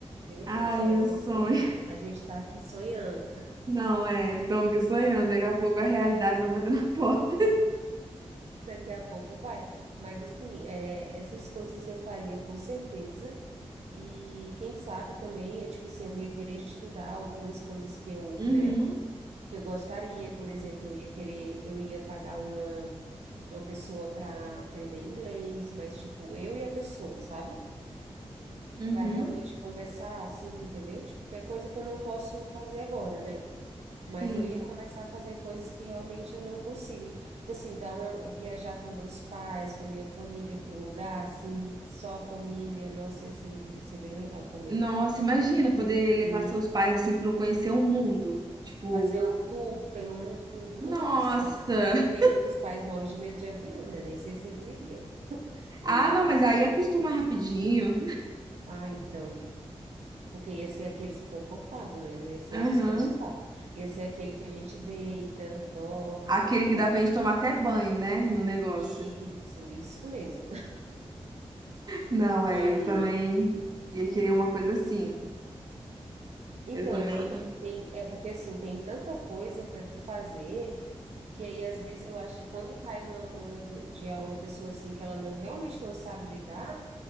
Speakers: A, on the right; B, on the right.
A: meu
B: Ai,
A: Deus, é,
B: meu
A: é sonhar.
B: sonho.
A: A gente tá aqui sonhando.
B: <laughs> Não, é. Estou aqui sonhando. Daqui a pouco a realidade vai bater na <laughs> porta.
A: Daqui a pouco vai. Mas assim, é, essas coisas eu faria com certeza. E quem sabe também, eu, tipo assim, eu ia querer estudar algumas coisas que eu,
B: Uhum,
A: né, que eu gostaria. Por exemplo, eu ia querer, eu ia pagar uma, uma pessoa para aprender inglês, mas tipo, eu e a pessoa, sabe?
B: uhum.
A: Para realmente conversar assim, entendeu? Tipo, que é coisa que eu não posso fazer agora, né? Mas
B: Sim.
A: eu ia começar a fazer coisas que realmente eu não consigo. Tipo assim, dar uma, viajar com meus pais, com a minha família para um lugar assim, só a família. Nossa, ia ser, ia ser bem legal também.
B: Nossa, imagina poder levar
A: Uhum.
B: seus pais, assim, para conhecer o mundo. Tipo,
A: Fazer o tour pelo mundo. Nossa!
B: nossa.
A: Se bem que meus pais morrem de medo de avião, né? Nem sei se eles iriam. <laughs>
B: Ah,
A: Enfim.
B: não, mas aí acostuma rapidinho.
A: Ah, então. Porque ia ser aquele desconfortável, né? Não ia ser
B: Aham.
A: um desconfortável. Ia ser aquele que a gente deita, dorme,
B: Aquele
A: entendeu?
B: que dá pra gente tomar até banho, né? No negócio.
A: Isso, isso mesmo.
B: Não, é,
A: Mas
B: eu também ia querer uma coisa assim.
A: então
B: Eu também.
A: é porque tem, é porque assim, tem tanta coisa para tu fazer que aí às vezes eu acho que quando cai numa mão de, de uma pessoa assim que ela não realmente não sabe lidar,